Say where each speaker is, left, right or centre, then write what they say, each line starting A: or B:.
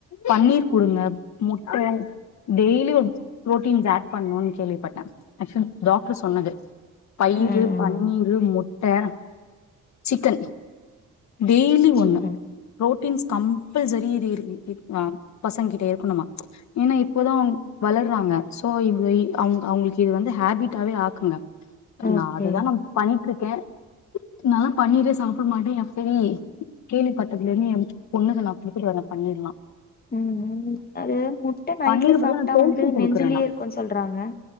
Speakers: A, on the left; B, on the left.
A: பன்னீர் குடுங்க முட்ட டெய்லி ப்ரோட்டின்ஸ் ஆட் பண்ணுன் கேள்விபட்டே அக்சன் டாக்டர் சொன்னது. பயிரு
B: ம்
A: முறு முட்டை சிக்கன் டெய்லி
B: சிக்கன்
A: ஒண்ணு புரோட்டீன்ஸ் கம்பல்சரி இது ஆ பசங்க கிட்ட இருக்கணுமா ஏன்னா இப்போதா வளர்றாங்க சோ இ அவங்க அவங்களுக்கு இது வந்து ஹேபிட்டாவே ஆக்குங்க
B: ஓகே
A: இதுதா நம் பணி ட்ருக்கே நல்லா பன்னீரு சாப்பிடமாட்டே என் சரி கேள்வி பட்டத்துல இரு என் பொண்ணுத நா குப்பிட்டு ந பண்ணிரலா
B: ம் ம் அது முட்டை நைட்ல
A: பன்னீர் பதிலா
B: சாப்ட்டா
A: நா டோஃபு
B: வந்து
A: குடுக்குறே
B: நெஞ்சிலியே
A: நா
B: இருக்குன்னு சொல்றாங்க